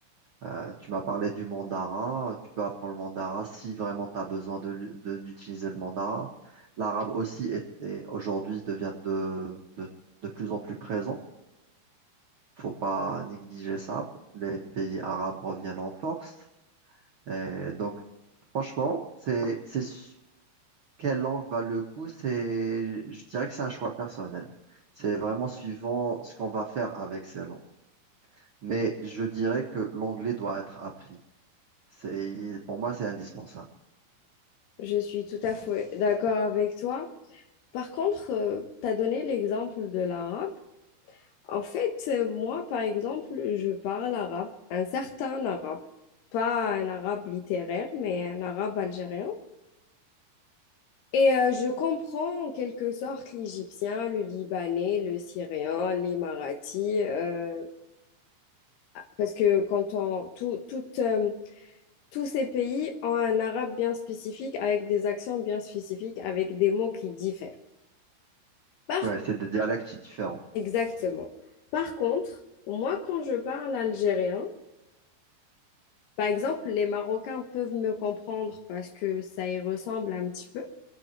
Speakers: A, on the right; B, on the left.
A: Euh, tu m'as parlé du mandarin, tu peux apprendre le mandarin si vraiment tu as besoin de, l'u- de- d'utiliser le mandarin. L'arabe aussi est, est- aujourd'hui devient de, de de plus en plus présent faut pas négliger ça. Les pays arabes reviennent en force. Et donc, franchement, c'est, c'est, su- quelle langue va le coup? C'est, je dirais que c'est un choix personnel. C'est vraiment suivant ce qu'on va faire avec ces langues. Mais je dirais que l'anglais doit être appris. C'est, pour moi, c'est indispensable.
B: Je suis tout à fait d'accord avec toi. Par contre, tu as donné l'exemple de l'arabe. En fait, euh, moi, par exemple, je parle arabe, un certain arabe, pas un arabe littéraire, mais un arabe algérien. Et euh, je comprends en quelque sorte l'égyptien, le libanais, le syrien, l'émirati, euh, parce que quand on, tout, toute, euh, tous ces pays ont un arabe bien spécifique, avec des accents bien spécifiques, avec des mots qui diffèrent. Par,
A: Ouais, c'est des dialectes différents.
B: exactement. Par contre, moi, quand je parle algérien, Par exemple, les Marocains peuvent me comprendre parce que ça y ressemble un petit peu.